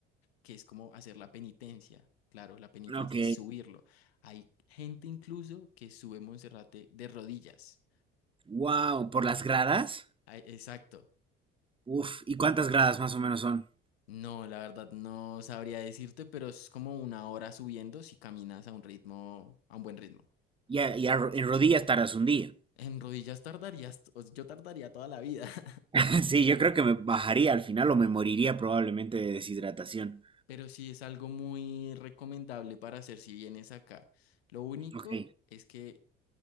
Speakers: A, on the left; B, on the right.
A: que es como hacer la penitencia. Claro, la penitencia
B: Ok.
A: es subirlo. Hay gente incluso que sube Monserrate de rodillas.
B: Wow, ¿por las gradas?
A: Ay, exacto.
B: Uf, ¿y cuántas gradas más o menos son?
A: No, la verdad no sabría decirte, pero es como una hora subiendo si caminas a un ritmo, a un buen ritmo.
B: Ya, ya ro- en rodillas tardas un día.
A: En rodillas tardarías, o yo tardaría toda la vida, <laughs>
B: <laughs> Sí, yo creo que me bajaría al final o me moriría probablemente de deshidratación.
A: pero sí es algo muy recomendable para hacer si vienes acá. Lo único
B: Ok.
A: es que